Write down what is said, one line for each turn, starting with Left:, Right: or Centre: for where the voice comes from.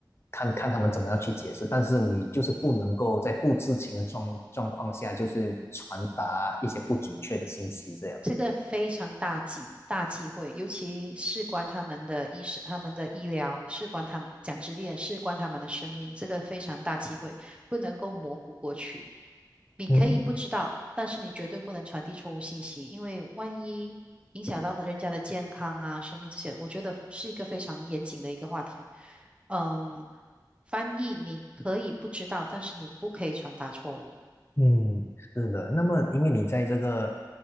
Left: 看看他们怎么样去解释，但是你就是不能够在不知情的状状况下，就是传达一些不准确的信息这样。
Right: 这个非常大忌大忌讳，尤其事关他们的医生、他们的医疗，事关他们讲直接点，事关他们的生命，这个非常大忌讳，不能够模糊过去。你可以不知道，
Left: 嗯
Right: 但是你绝对不能传递错误信息，因为万一影响到人家的健康啊、生命这些，我觉得是一个非常严谨的一个话题。嗯，翻译你可以不知道，但是你不可以传达错误。
Left: 嗯，是的。那么，因为你在这个